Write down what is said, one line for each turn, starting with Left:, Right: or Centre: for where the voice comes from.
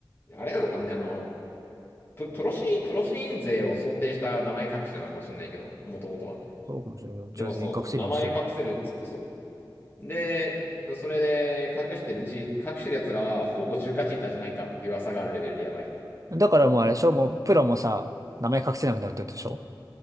Left: あれなのかもね、あの、プ、プロシーン、プロシーン勢を想定した名前隠しなのかもしれないけど、もともとは。
Right: そうかもしれないけど、
Left: でもそう、
Right: じゃあ全員隠せるようにしりゃいい
Left: 名前隠せるっつってそう。で、それで隠してるチー、隠してる奴らは、ほぼ中華チーターじゃないかっていう噂があるレベルでやばい。
Right: や。だからもうあれでしょもうプロもさ、名前隠せなくなるってことでしょ